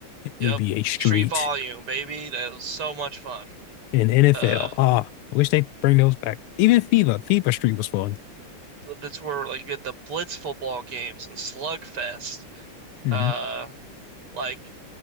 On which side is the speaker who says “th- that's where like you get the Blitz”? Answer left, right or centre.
Right